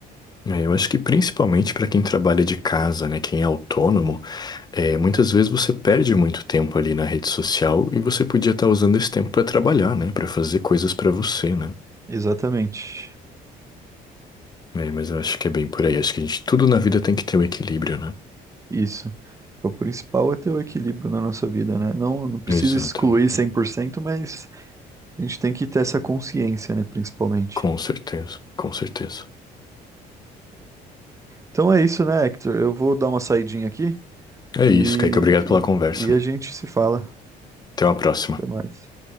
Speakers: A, on the left; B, on the right.
A: É, eu acho que principalmente para quem trabalha de casa, né, quem é autônomo, é, muitas vezes você perde muito tempo ali na rede social e você podia estar usando esse tempo para trabalhar, né, para fazer coisas para você, né?
B: Exatamente.
A: É, mas eu acho que é bem por aí. Acho que a gente, tudo na vida tem que ter um equilíbrio, né?
B: Isso. O principal é ter o equilíbrio na nossa vida, né? Não, não precisa
A: Exatamente.
B: excluir 100%, mas A gente tem que ter essa consciência, né, principalmente.
A: Com certeza, com certeza.
B: Então é isso, né, Hector? Eu vou dar uma saidinha aqui
A: É
B: e,
A: isso, Kaique. Obrigado pela conversa.
B: e e a gente se fala.
A: Até uma próxima.
B: Até mais.